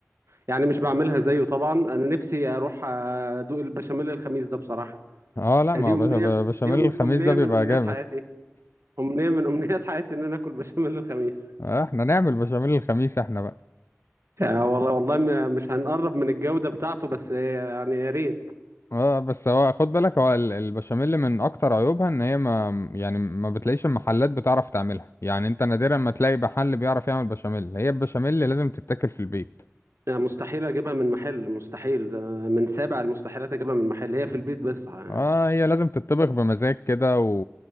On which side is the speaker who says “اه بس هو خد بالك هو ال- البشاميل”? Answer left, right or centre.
Left